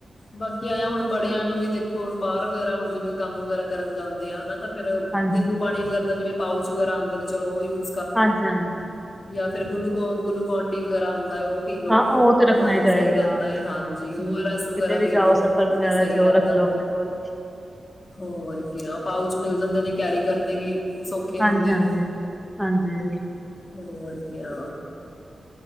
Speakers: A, on the left; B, in the centre.
A: ਬਾਕੀ ਆਇਆ ਹੁਣ ਬੜਿਆਂ ਨੂੰ ਵੀ ਦੇਖੋ ਹੁਣ ਬਾਹਰ ਵਗੈਰਾ ਹੁਣ ਜਿਵੇਂ ਕੰਮ ਵਗੈਰਾ ਕਰਨ ਜਾਂਦੇ ਆ ਹਨਾ ਤਾਂ ਫੇਰ
B: ਹਾਂਜੀ,
A: ਨਿੰਬੂ ਪਾਣੀ ਵਗੈਰਾ ਦਾ ਜਿਵੇਂ ਪਾਊਸ ਵਗੈਰਾਉਂਦੇ ਨੇ ਚਲ ਉਹ ਯੂ
B: ਹਾਂਜੀ ਹਾਂਜੀ
A: ਜਾਂ ਫਿਰ ਗੂਕ ਗੁਲੂਕੋਂਡੀ ਵਗੈਰਾ ਹੁੰ ਉਹ ਪੀਲੋ
B: ਹਾਂ ਉਹ
A: ਉਹਦੇ
B: ਤੇ ਰੱਖਣਾ
A: ਨਾਲ
B: ਹੀ
A: ਵੀ
B: ਚਾਹੀਦਾ
A: ਸਹੀ ਰਹਿੰਦਾ
B: ਹਾਂ ਆਪਣੇ
A: ਹੈਏ ਹਾਂਜੀ
B: ਕੋਲ ਹੂੰ
A: ਉਹ ਰਸ ਵਗੈਰਾ
B: ਕਿਤੇ ਵੀ
A: ਕਿਲੋ
B: ਜਾਓ ਸਫ਼ਰ
A: ਉਹ
B: ਵਗੈਰਾ
A: ਵੀ ਸਹੀ
B: ਚ
A: ਰਹਿੰਦਾ
B: ਉਹ ਰੱਖ ਲੋ ਆਪਣੇ ਕੋਲ
A: ਹੋਰ ਕ ਪਾਓ ਚ ਮਿਲ
B: ਹਾਂਜੀ,
A: ਜਾਂਦੇ ਨੇ ਕੈਰੀ ਕਰਨੇ ਵੀ ਸੌਖੇ
B: ਹਾਂਜੀ-ਹਾਂਜੀ,
A: ਹੁੰਦੇ ਨੇ
B: ਹਾਂਜੀ। ਹਾਂਜੀ
A: ਹੋਰ ਕਿਆ